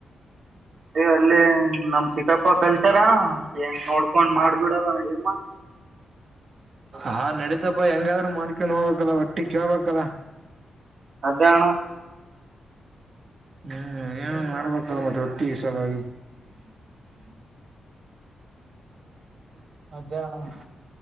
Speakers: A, on the right; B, on the right.
A: ಏ ಅಲ್ಲಿ ನಮ ಚಿಕ್ಕಪ್ಪ ಕಲ್ಸಾರಣ್ಣ ಏನ್ ನೋಡ್ಕೊಂಡ್ ಮಾಡ್ಬಿಡದಣ ಏನ್ಮ
B: ಹಾ ನಡೀಿತಪ್ಪ ಹೆಂಗಾದ್ರೂ ಮಾಡ್ಕ ನೋಡ್ಬೇಕಲ್ಲ ಒಟ್ಟಿ ಕೇಳ್ಬೇಕಲ್ಲ
A: ಅದಣ
B: ಹ್ಮ್ ಏನು ಮಾಡ್ಬೇಕಲ್ಲ ಮತ್ತೆ ೀ ಸ ಹಾಗಾಗಿ
A: ಅದೇ ಅಣ್ಣ